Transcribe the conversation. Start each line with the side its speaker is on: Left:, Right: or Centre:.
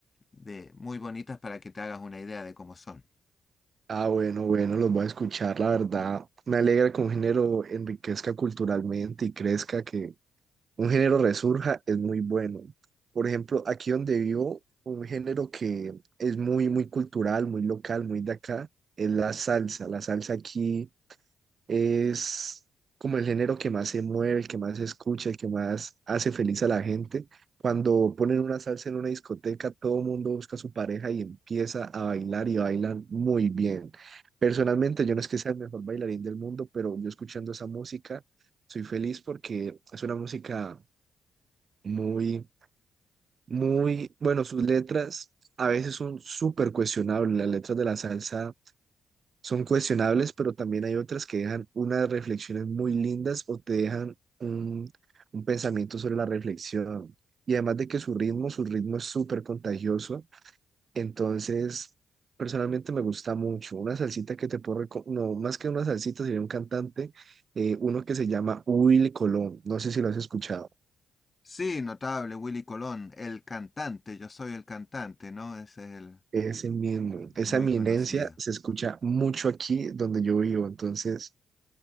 Left: de, muy bonitas para que te hagas una idea de cómo son.
Right: Ah, bueno, bueno, los voy a escuchar, la verdad. Me alegra que un género enriquezca culturalmente y crezca, que un género resurja es muy bueno. Por ejemplo, aquí donde vivo, un género que es muy, muy cultural, muy local, muy de acá, es la salsa. La salsa aquí es como el género que más se mueve, el que más se escucha, el que más hace feliz a la gente. Cuando ponen una salsa en una discoteca, todo el mundo busca a su pareja y empieza a bailar y bailan muy bien. Personalmente, yo no es que sea el mejor bailarín del mundo, pero yo escuchando esa música, soy feliz porque es una música muy, muy, bueno, sus letras a veces son súper cuestionables, las letras de la salsa son cuestionables, pero también hay otras que dejan unas reflexiones muy lindas o te dejan un, un pensamiento sobre la reflexión. Y además de que su ritmo, su ritmo es súper contagioso, entonces personalmente me gusta mucho. Una salsita que te puedo recomendar, no, más que una salsita sería un cantante, eh, uno que se llama Will Colón, no sé si lo has escuchado.
Left: Sí, notable, Willy Colón, el cantante, yo soy el cantante, ¿no? Ese es el
Right: Ese mismo, esa
Left: muy
Right: eminencia
Left: conocido.
Right: se escucha mucho aquí donde yo vivo, entonces